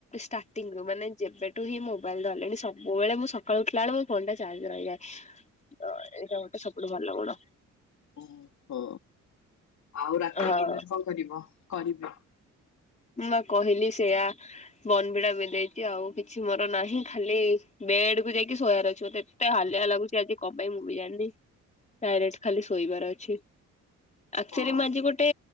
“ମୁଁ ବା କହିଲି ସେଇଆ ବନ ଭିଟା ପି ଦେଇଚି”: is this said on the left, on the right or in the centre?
Left